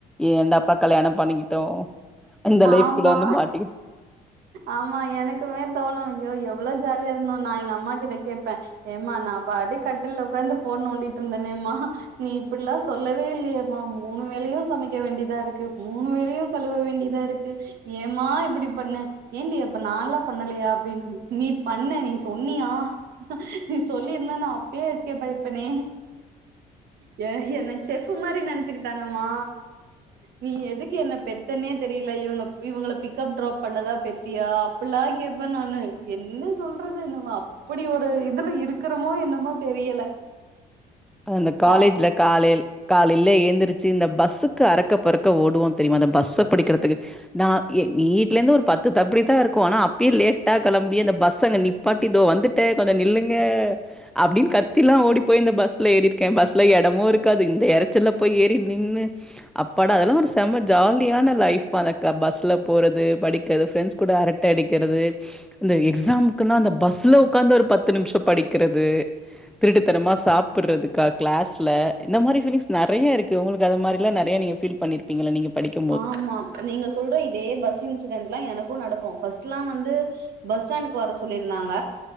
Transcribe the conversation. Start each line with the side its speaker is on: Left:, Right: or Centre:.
Centre: ஏன்டாப்பா கல்யாணொ பண்ணிக்கிட்டோ இந்த லைஃப்குள்ள
Right: ஆமா
Centre: வந்து மாட்டி
Right: ஆமா எனக்குமே தோணு ஐயோ எவ்ளோ ஜாலியா இருந்தோ நா எங்க அம்மா கிட்ட கேப்ப ஏம்மா நா பாட்டு கட்டுல்ல உக்காந்து ஃபோன் நோண்டிட்ருந்தனேம்மா நீ இப்புட்லா சொல்லவே இல்லையேமா மூணு வேலையு சமைக்க வேண்டியதா இருக்கு மூணு வேலையு கழுவ வேண்டிதா இரு க்கு ஏம்மா இப்டி பண்ண ஏன்டி அப்ப நால்லா பண்ணலையா அப்டின் நீ பண்ண நீ சொன்னியா நீ சொல்லிருந்தா நா அப்பயே எஸ்கேப் ஆய்ருப்பனே ஏ என்ன செஃப்ஃபு மாரி நெனச்சுக்கிட்டாங்கம்மா நீ எதுக்கு என்ன பெத்தனே தெர் ல இவுங்க இவுங்கள பிக்கப் ட்ராப் பண்ணதா பெத்தியா அப்புல்லா கேப்ப நானு என்ன சொல்றது நம்ம அப்டி ஒரு இதுல இருக்குறோமோ என்னமோ தெரியல
Centre: அந்த காலேஜ்ல
Right: கா
Centre: காலைல் காலைல ஏந்துருச்சி இந்த பஸ்ஸுக்கு அறக்க பறக்க ஓடுவோ தெரிய்மா அந்த பஸ்ஸ புடிக்கிறதுக்கு நா எ வீட்லேந்து ஒரு பத்து தப்டிதா இருக்கு ஆனா அப்பயே லேட்டா களம்பி அந்த பஸ் அங்க நிப் பாட்டி இதோ வந்துட்டே கொஞ்சொ நில்லுங்க அப்டின் கத்திலா ஓடி போய் இந்த பஸ்ல ஏறிர்க்கே பஸ்ல எடமு இருக்காது இந்த எறச்சல்ல போய் ஏறி நின்னு அப்பாட அதெல்லா ஒரு செம்ம ஜாலியான லைஃப்மா அந்த க பஸ்ல போறது படிக்கெற ஃப்ரெண்ஸ் கூட அரட்ட அடிக்கிறது இந்த எக்ஸாம்க்குன்னா அந்த பஸ்ல உக்காந்து ஒரு பத்து நிம்ஷோ படிக்கிறது தனமா சாப்புர்றது க க்ளாஸ்ல இந்த மாரி ஃபீலிங்ஸ் நறைய இருக்கு உங்களுக்கு அந்த மாரில்லா நறையா நீங்க ஃபீல் பண்ணீர் பீங்கல நீங்க படிக்
Right: ஆமாம் நீங்க சொல்ற இதே பஸ் இன்சிடென்ட்லா எனக்கு நடக்கு ஃபஸ்ட்லா வந்து பஸ் ஸ்டாண்டுக்கு வர சொல்லியிருந்தாங்க